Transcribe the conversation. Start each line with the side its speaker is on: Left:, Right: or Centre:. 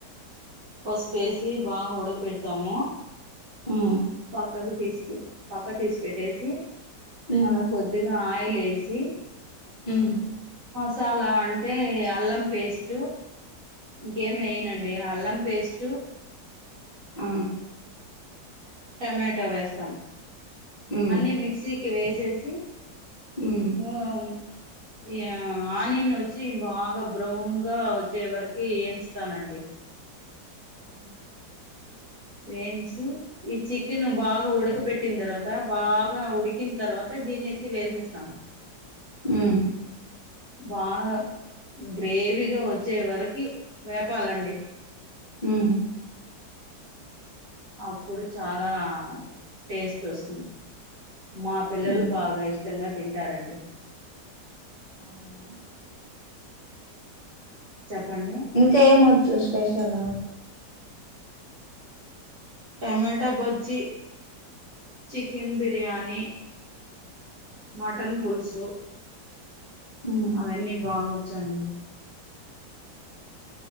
Right: పసుపు వేసి బాగా ఉడక పెడతాము
Left: ఉ
Right: పక్కకు తీసి పక్క తీసి పెట్టేసి
Left: ఉమ్
Right: మళ్ళా కొద్దిగా ఆయి లేసి
Left: ఉమ్
Right: సాలా అంటే అల్లం పేస్టు ఇంకేమెయినండి హల్లం పేస్టు
Left: ఆ
Right: టమెటో వేస్తాన్
Left: ఉమ్
Right: అన్ని మిక్సీకి వేసేసి
Left: ఉమ్
Right: వామ్ యా ఆనినొచ్చి బాగా బ్రౌన్ గా వచ్చే వరకి ఏంచుతానండి
Left: ఆ
Right: వేంచి ఈ చికెను బాగా ఉడక పెట్టిన తర్వాత బాగా ఉడికిన తర్వాత దీన్ న్ని ఎత్తి వేసేస్తాం
Left: ఉ
Right: బాగా గ్రేవీగా వచ్చే వరకి వేపాలండి
Left: ఉ
Right: అప్పుడు చాలా టేస్టొస్తుంది మా పిల్లలు
Left: ఉమ్
Right: బాగా ఇష్టంగా తింటారండి
Left: అవునా
Right: చెప్పండి
Left: ఇంకా ఏమొచ్చు special
Right: tomato bajji chicken biryani mutton పుల్సు
Left: ఉమ్
Right: అవన్నీ బాగొచ్చండి